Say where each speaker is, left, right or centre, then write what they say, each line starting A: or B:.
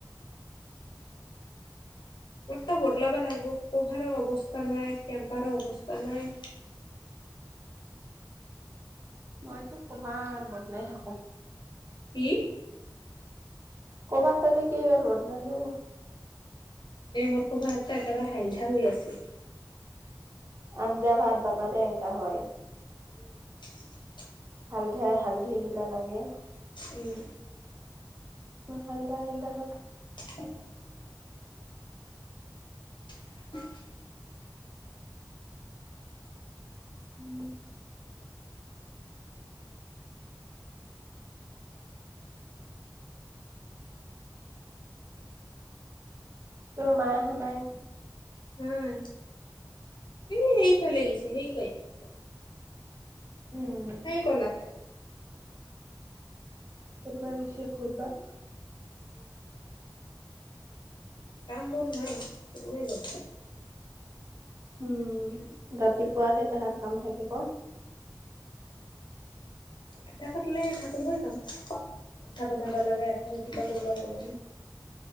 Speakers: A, on the left; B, on the right.
A: <unintelligible> বদলাব লাগিব, কভাৰৰ অৱস্থা নাই, টেম্পাৰৰ অৱস্থা নাই।
B: মইতো কভাৰ বদলাই থাকোঁ।
A: কি?
B: <unintelligible> কেই বাৰ বদলালো।
A: এ মোৰ কভাৰ এটা একেবাৰে হাইলধা হৈ আছিল।
B: আঞ্জা ভাত বনালে এনেকুৱা হয়।
A: <inaudible>
B: হালধাই হালধি গিলাক লাগে।
A: উম'।
B: হালধা হালধা হয়।
A: <unintelligible> <unintelligible>
B: - <unintelligible> তোৰ মাই আহা নাই?
A: নাই। এ সেইফালে গিছি, সেই <unintelligible>
B: উম
A: সেই কণাত।
B: ঘুৰবা গেইছি, ঘুৰবা।
A: উম। কাম বন নাই, শুমে গৈ।
B: উম, ৰাতিপুৱাহে তাহাৰ কাম থাকিব।
A: আঠা কাটিলে <unintelligible> যাম, কাম আঠা বনাবা লাগে আঠা কিবা কৰিব লাগে।